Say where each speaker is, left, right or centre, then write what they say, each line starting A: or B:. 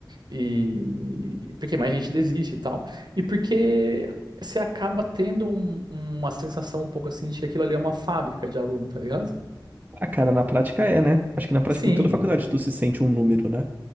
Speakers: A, on the right; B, on the right.
A: E porque mais gente desiste e tal. E porque você acaba tendo um- uma sensação um pouco assim de que aquilo ali é uma fábrica de aluno, tá ligado?
B: Ah, cara, na prática é, né? Acho que na prática
A: Sim,
B: em toda faculdade tu se sente um número, né?